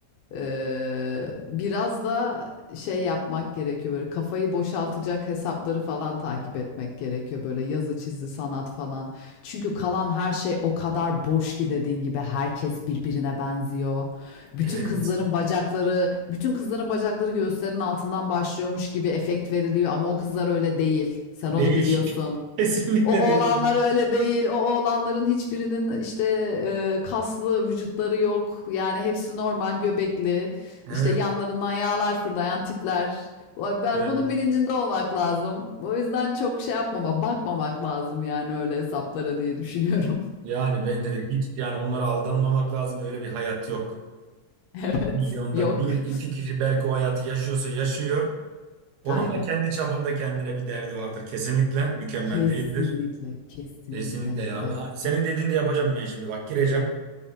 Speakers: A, on the left; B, on the right.
A: ee, biraz da şey yapmak gerekiyor böyle kafayı boşaltacak hesapları falan takip etmek gerekiyor böyle yazı çizgi sanat falan. Çünkü kalan her şey o kadar boş ki dediğin gibi herkes birbirine benziyor. Bütün
B: Evet.
A: kızların bacakları, bütün kızların bacakları göğüslerin altından başlıyormuş gibi efekt veriliyor ama o kızlar öyle değil. Sen
B: Değil.
A: onu biliyorsun.
B: <laughs> Kesinlikle
A: O oğlanlar
B: değil. yani.
A: öyle değil. O oğlanların hiçbirinin işte e, kaslı vücutları yok. Yani hepsi normal göbekli.
B: Evet.
A: İşte yanlarından yağlar fırlayan tipler. Ben
B: evet.
A: bunun bilincinde olmak lazım. O yüzden çok şey yapmama, bakmamak lazım yani öyle hesaplara diye düşünüyorum. <laughs>
B: Yani bence de hiç yani onlara aldanmamak lazım. Öyle bir hayat yok.
A: Evet,
B: Milyonda
A: yok.
B: bir iki kişi belki o hayatı yaşıyorsa yaşıyor. Onun
A: Aynen.
B: da kendi çapında kendine bir derdi vardır. Kesinlikle mükemmel
A: Kesinlikle,
B: değildir.
A: kesinlikle
B: Kesinlikle ya.
A: haklısın.
B: abi. Ay, Senin dediğini de yapacağım ben şimdi. Bak gireceğim.